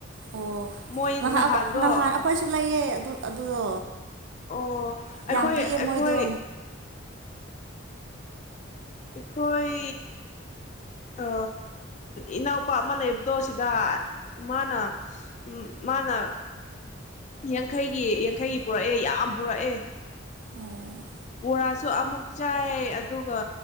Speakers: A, on the right (about 70°); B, on the left (about 35°).
A: ꯑꯣ
B: ꯃꯣꯏ ꯅꯍꯥꯟꯗꯣ
A: ꯅꯍꯥ ꯅꯍꯥꯟ ꯑꯩꯈꯣꯏꯁꯨ ꯂꯩꯌꯦ ꯑꯗꯨꯗꯣ
B: ꯑꯣ ꯑꯩꯈꯣꯏ
A: ꯌꯥꯝ ꯄꯤꯌꯦ
B: ꯑꯩꯈꯣꯏ
A: ꯃꯣꯏꯗꯣ
B: ꯑꯩꯈꯣꯏ ꯑ ꯏꯅꯥꯎꯄ ꯑꯃ ꯂꯩꯕꯗꯣ ꯁꯤꯗ ꯃꯥꯅ ꯃꯥꯅ ꯌꯥꯡꯈꯩꯒꯤ ꯌꯥꯡꯈꯩꯒꯤ ꯄꯨꯔꯛꯑꯦ ꯌꯥꯝ ꯄꯨꯔꯛꯑꯦ
A: ꯑꯣ
B: ꯕꯣꯔꯥꯁꯨ ꯑꯃꯨꯛ ꯆꯥꯏ ꯑꯗꯨꯒ